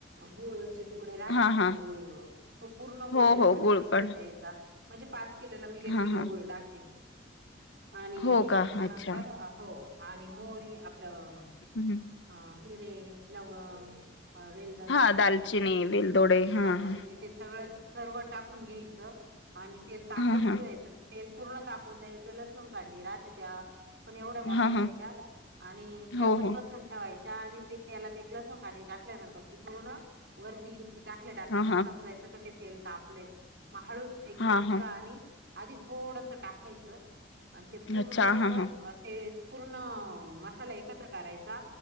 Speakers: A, on the right; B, on the left.
A: गूळ ची तुकडे आपली
B: हां, हां.
A: गूळ तो पूर्ण गुळ
B: हो,
A: त्याच्यामध्ये
B: हो. गुळपण.
A: पसरून द्यायचा म्हणजे पाच किलोला मी एक
B: हां,
A: किलो
B: हां.
A: गुळ टाकते आणि
B: हो का?
A: त्याच्यानंतर
B: अच्छा.
A: हो. आणि मोहरी आपलं
B: हं, हं.
A: हा मेरे लवंग हा वेल दालची
B: हां, दालचिनी, वेलदोडे. हां,
A: दालचिनी
B: हां.
A: ते सगळं सर्व टाकून घ्यायचं आणि तेल तापत
B: हां, हां.
A: ठेवायचं तेल पूर्ण तापून द्यायचं लसूण कांडी रात त्या पण एवढ्या मोठ्या
B: हां,
A: घ्यायच्या
B: हां.
A: आणि ते
B: हो,
A: आपण
B: हो.
A: पसरून च्या आणि ती तेलात एक लसूण कांडी टाकल्यानंतर ती पूर्ण वरती ती टाकल्या टाकल्या
B: हां,
A: मग
B: हां.
A: समजायचं का ते तेल तापलय म हळूच ते घ्यायचं
B: हां, हां.
A: आणि आधी थोडस टाकायचं आणि ते पूर्ण
B: अच्छा.
A: असं
B: हां, हां.
A: अ ते पूर्ण मसाला एकत्र करायचा